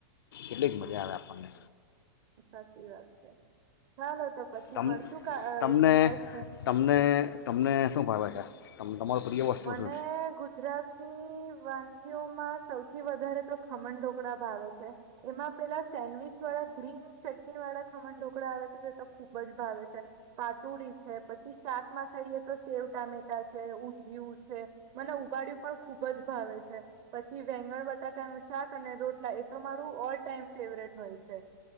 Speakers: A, on the left; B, on the right.
A: એટલી જ મજા આવે આપણને
B: સાચી વાત છે ચાલો. તો પછી
A: તમ
B: મળશું કા અ
A: તમને
B: એક દિવસ ને
A: તમને તમને શું ફાવે છે. તમ તમારું પ્રિય વસ્તુ
B: મને
A: શું
B: ગુજરાતની વાનગીઓમાં સૌથી વધારે તો ખમણ ઢોકળા ભાવે છે એમાં પેલા સેન્ડવીચ વાળા ગ્રીન ચટણી વાળા ખમણ ઢોકળા આવે છે તે તો ખુબ જ ભાવે છે પાટુડી છે પછી શાકમાં ખાઈએ તો સેવ ટામેટા છે ઊ જીવ છે મને ઉબાડું પણ ખુબ જ ભાવે છે પછી વેંગણ બટાકાનું શાક અને રોટલા એ તો મારું ઓલ ટાઈમ ફેવરેટ હોય છે.